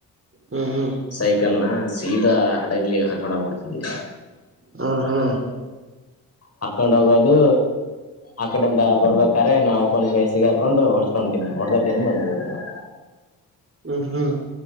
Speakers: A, on the right; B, on the left.
A: ಹ್ಮ್ ಹ್ಮ್ ಹ್ಮ್ ಹ್ಮ್
B: ಸೈಕಲ್ನ ಸೀದಾ ಹಡಗ್ಲಿ ಹಗಣ ಕೊಡ್ತಿದ್ದೆ.
A: ಹ ಹಾ
B: ಹಾಕ್ಕೊಂಡ ಹೋಗೋದು ಆಕಡೆ ಇಂದ ಬರ್ಬೇಕು ತಾರೆ ನಾಮ್ ಅಪ್ಪನ್ ಕೈ ಸಿಗಾಕೊಂಡು ಹೊಸ್ಕೊಂಡಂತೀನ್ ನಾವು ಹೊಡೆತ <unintelligible>
A: ಹ್ಮ ಹ್ಮ್